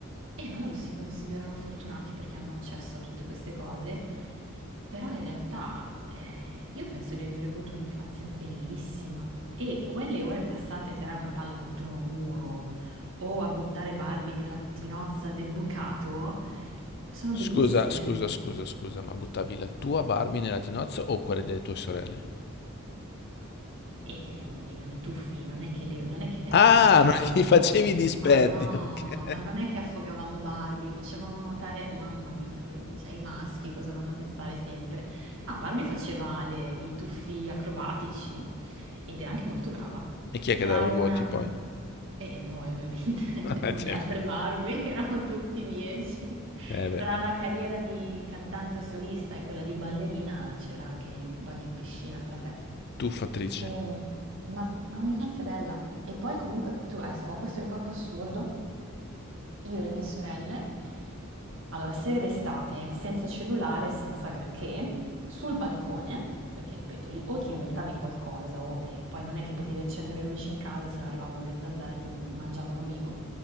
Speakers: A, on the right; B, on the left.
A: eh, ma loro si considerano fortunati perché hanno accesso a tutte queste cose, però in realtà eh, io penso di aver avuto un'infanzia bellissima e quelle ore passate a tirare una palla contro un muro o a buttare Barbie nella tinozza del bucato sono
B: Scusa,
A: bellissime.
B: scusa, scusa, scusa, ma buttavi la tua Barbie nella tinozza o quella delle tue sorelle?
A: E oh, erano i tuffi, non è che li- non è che le affogavamo,
B: Ah, non gli facevi dispetti,
A: ma no,
B: ok.
A: ma non è che affogavamo Barbie, facevamo nuotare, mamma mia, vedi, cioè, i maschi cosa vanno a pensare sempre? No, Barbie faceva le- i tuffi acrobatici ed era anche molto brava.
B: E chi è che
A: Tra
B: dava
A: una
B: i voti poi?
A: e noi ovviamente, <laughs>
B: <laughs> Cioè,
A: le altre Barbie <laughs> erano tutti dieci.
B: Eh beh,
A: Tra la carriera di cantante solista e quella di ballerina c'era anche il bagno in piscina con la festa.
B: tuffatrice.
A: E, ma, ma un'infanzia bella. E poi comunque, tu adesso ho questo ricordo assurdo io e le mie sorelle, allora sere d'estate, senza cellulare, senza granché, sul balcone, perché ripeto, lì o ti inventavi qualcosa o eh, poi non è che potevi accendere le luci in casa, se no arrivavano le zanzare e ti mangiavano vivo.